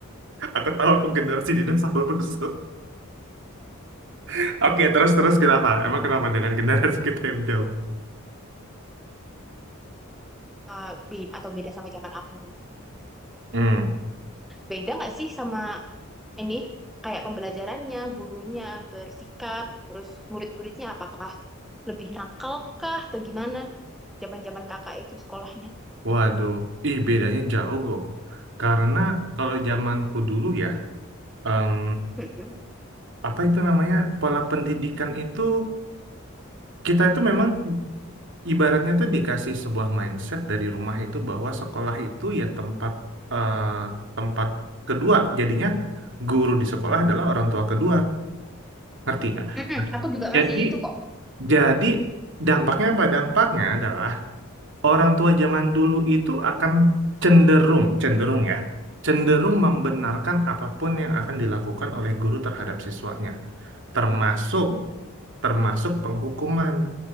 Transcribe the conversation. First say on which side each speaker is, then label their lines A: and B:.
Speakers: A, on the right (about 60°); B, in the centre.
A: Aku tahu aku generasi dinosaurus. <laughs> Oke, terus-terus kenapa? Emang kenapa dengan generasi kita yang jauh?
B: Eh, beda atau beda sama zaman aku.
A: Hmm.
B: Beda nggak sih sama ini, kayak pembelajarannya, gurunya, bersikap, terus murid-muridnya apakah lebih nakal kah atau gimana zaman-zaman kakak itu sekolahnya?
A: Waduh, ih bedanya jauh loh. Karena kalau zamanku dulu ya, em,
B: Mm-mm.
A: apa itu namanya, pola pendidikan itu, kita itu memang Ibaratnya tuh dikasih sebuah mindset dari rumah itu bahwa sekolah itu ya tempat eh, tempat kedua. Jadinya guru di sekolah adalah orang tua kedua. Ngerti nggak?
B: Mm-mm.
A: Nah,
B: Aku juga
A: Jadi
B: masih itu kok.
A: jadi dampaknya apa? Dampaknya adalah orang tua zaman dulu itu akan cenderung cenderung ya cenderung membenarkan apapun yang akan dilakukan oleh guru terhadap siswanya, termasuk
B: Mm.
A: termasuk penghukuman.